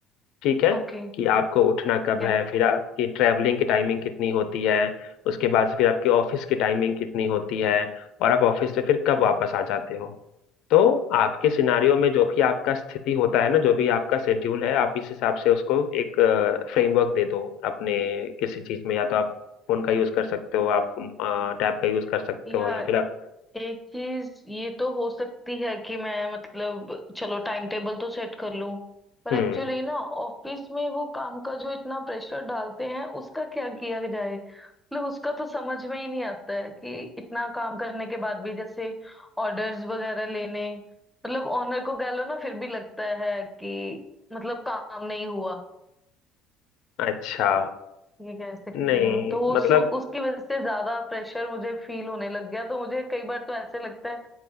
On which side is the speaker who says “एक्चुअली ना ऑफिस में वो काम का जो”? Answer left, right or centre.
Centre